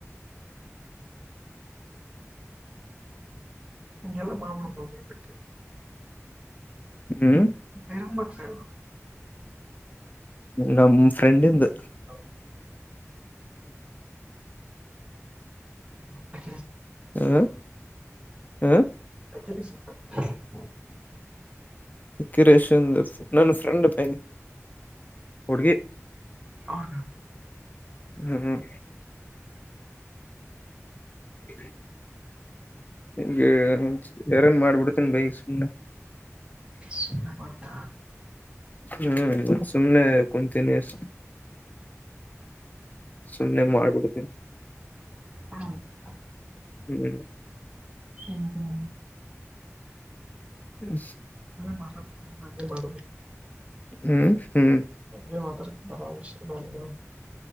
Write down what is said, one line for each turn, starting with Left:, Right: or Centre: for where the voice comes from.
Right: ಇಂಗ ಎಲ್ಲ ಮಾಮನ ತೋವ ಬಿಟ್ಟ
Left: ಹ್ಮ್
Right: ಇರಾನ್ ಬಕ್ಸಾ ಎಧು
Left: ನಮ ಫ್ರೆಂಡ್ ಇಂದು
Right: ಹೌ ಕ
Left: ಹ್ಮ ಹ್ಮ
Right: <unintelligible>
Left: ಇಕಿರೇಶ್ಂದು ನನ್ನ ಫ್ರೆಂಡ್ ಬೈ ಹುಡ್ಗಿ
Right: ಅವ
Left: ಹ್ಮ್ ಹ್ಮ್ ಹ್ಮ ಹಗೆ ಎಾರ ಮಾಡ್ಬಿಡ್ತೇನ್ ಬೈ ಸುಮ್ನೆ
Right: ಸುಮ್ನೆ ಮಾಡ್ತಾ
Left: ಹ್ಮ ಇ ಸಮನೆ ಕಂತಿನಸ್ ಸುಮ್ನೆ ಮಾಡಬಿಡತೀ
Right: ಹ್ಮ್
Left: ಹ್ಮ್ ಹ್ಮ
Right: ಹ್ಮ ಹ್ಮ
Left: ಹ
Right: ಮಾತ ಮಾಡ
Left: ಹ್ಮ್ ಹ್ಮ್
Right: ಅೇ ಮಾರಾಮಶ್ಯ ನ